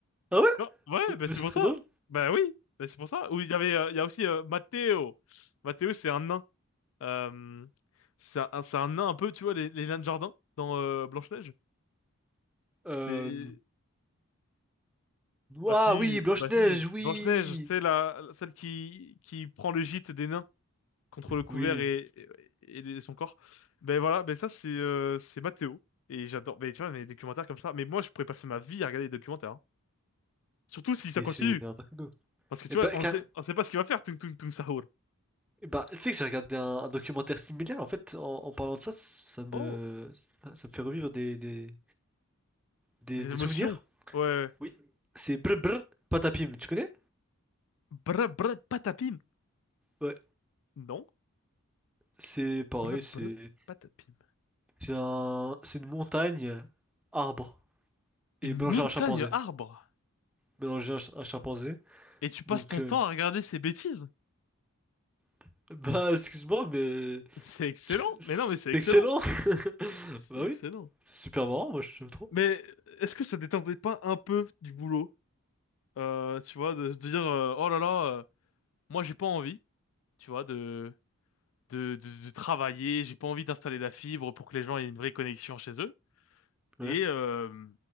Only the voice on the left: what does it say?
Non, ouais, bah
c'est
pour
ça.
Bah oui, bah c'est pour ça. Ou il y avait, euh, il y a aussi euh, Matteo. Matteo, c'est un nain. Euh, c'est un, c'est un nain un peu, tu vois, les, les nains de jardin dans euh, Blanche-Neige.
C'est, bah
si,
bah si.
Blanche-Neige, c'est la, celle qui, qui prend le gîte des nains contre le couvert
et, et, et les- son corps. Ben voilà, ben ça c'est, euh, c'est Matteo. Et j'adore, mais tu vois, mes documentaires comme ça. Mais moi, je pourrais passer ma vie à regarder des documentaires. hein. Surtout si ça
continue.
Parce que tu
vois, on
sait, on sait pas ce qu'il va faire, Tung Tung Tung Sahur.
Oh,
Des
émotions.
Ouais. ouais.
Bra bra patapim.
Non.
Bra
bra patapim.
Une
montagne
arbre.
Et tu passes
ton
temps à regarder ces bêtises.
C'est excellent.
Mais non, mais c'est excellent.
C'est
excellent.
Mais est-ce que ça détendait pas un peu du boulot? Euh, tu vois, de se dire, euh, oh là là, euh, moi j'ai pas envie, tu vois, de, de, de, de travailler, j'ai pas envie d'installer la fibre pour que les gens aient une vraie connexion chez eux.
Et, euh,